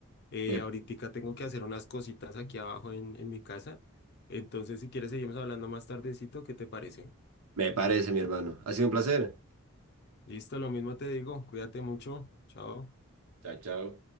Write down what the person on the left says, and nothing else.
Eh,
ahoritica tengo que hacer unas cositas aquí abajo en, en mi casa. Entonces, si quieres, seguimos hablando más tardecito, ¿qué te parece?
Listo, lo mismo te digo. Cuídate mucho. Chao.